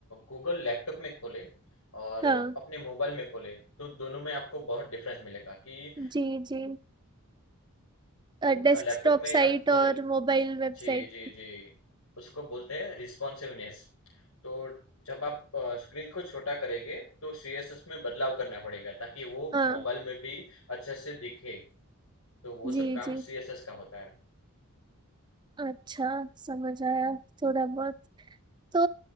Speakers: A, on the left; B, on the right.
A: गूगल लैपटॉप में खोलें और
B: हाँ
A: अपने मोबाइल में खोलें तो दोनों में आपको बहुत डिफ़रेंस मिलेगा कि अ,
B: जी जी
A: गूग
B: डेस्कटॉप
A: लैपटॉप में
B: साइट
A: आप खोले
B: और मोबाइल
A: जी,
B: वेबसाइट
A: जी, जी। उसको बोलते हैं रिस्पॉन्सिवनेस तो जब आप स्क्रीन को छोटा करेंगे तो सीएसएस में बदलाव करना पड़ेगा ताकि वो
B: हाँ
A: मोबाइल में भी अच्छे से दिखे तो वो
B: जी
A: सब काम
B: जी
A: सीएसएस का होता है
B: अच्छा समझ आया थोड़ा बहुत तो